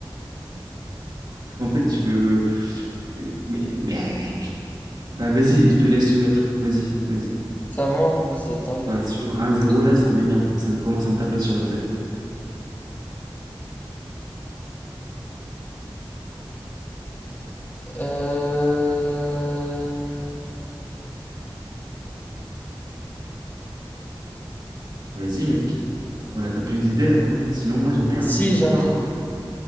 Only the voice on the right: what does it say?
En fait, tu veux... Mais, mec. Bah, vas-y, je te laisse une autre. Vas-y, vas-y.
Ouais,
sur un zéro là, ça m'énerve. Ça commence à me taper sur la tête. là.
Vas-y, mec. On a t'as plus d'idées, hein. Sinon, moi, j'en ai, un-
j'en
ai plein.
hein.